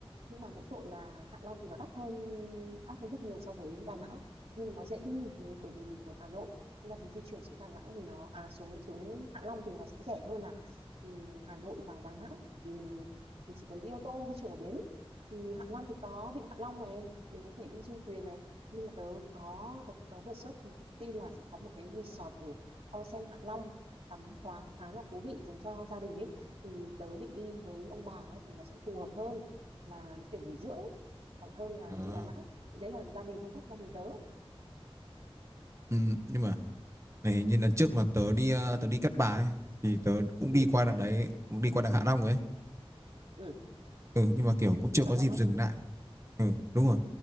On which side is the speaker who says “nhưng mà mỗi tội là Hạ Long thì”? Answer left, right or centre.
Right